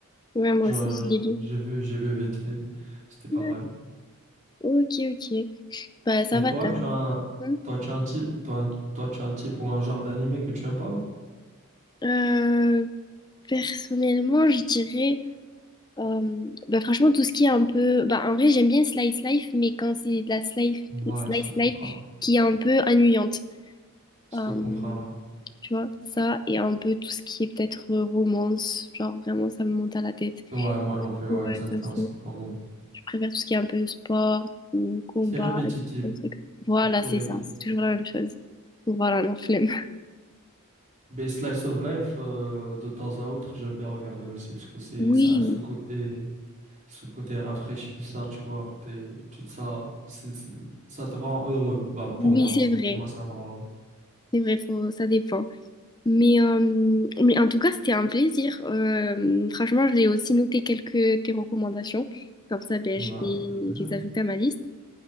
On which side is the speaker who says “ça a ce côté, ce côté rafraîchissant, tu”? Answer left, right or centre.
Right